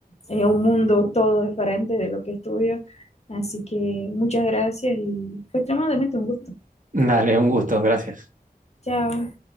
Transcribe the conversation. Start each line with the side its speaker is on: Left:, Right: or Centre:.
Left: es un mundo todo diferente de lo que estudio. Así que muchas gracias y fue extremadamente un gusto.
Right: dale, un gusto, gracias.
Left: Chao.